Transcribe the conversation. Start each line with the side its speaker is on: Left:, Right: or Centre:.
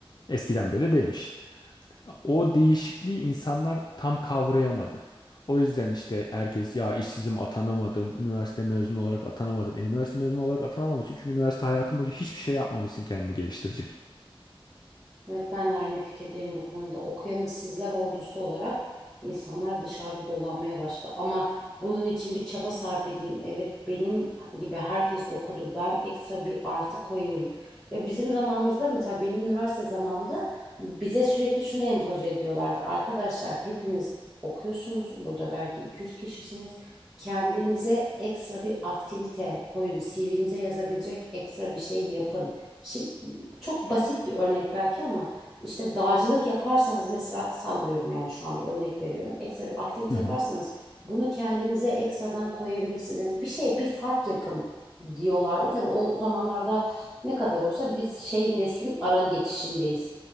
Left: Eskiden böyle değilmiş. O değişikliği insanlar tam kavrayamadı. O yüzden işte herkes ya işsizim atanamadım, üniversite mezunu olarak atanamadım. E, üniversite mezunu olarak atanamamışsın çünkü üniversite hayatı boyunca hiçbir şey yapmamışsın kendini geliştirecek.
Centre: Evet ben de aynı fikirdeyim bu konuda. Okuyan işsizler ordusu olarak insanlar dışarıda dolanmaya başladı. Ama bunun için bir çaba sarf edeyim. Evet benim gibi herkes okudu. Ben ekstra bir artı koyayım. Ya bizim zamanımızda mesela benim üniversite zamanımda bize sürekli şunu empoze ediyorlardı. Arkadaşlar hepiniz okuyorsunuz. Burada belki 200 kişisiniz. Kendinize ekstra bir aktivite koyun. CV'nize yazabilecek ekstra bir şey yapın. Şimdi çok basit bir örnek belki ama işte dağcılık yaparsanız mesela sallıyorum yani şu anda örnek veriyorum. Ekstra bir aktivite
Left: Hı
Centre: yaparsanız
Left: hı.
Centre: bunu kendinize ekstradan koyabilirsiniz. Yani bir şey bir fark yapın diyorlardı. Tabii o zamanlarda ne kadar olsa biz şey neslin ara geçişindeyiz.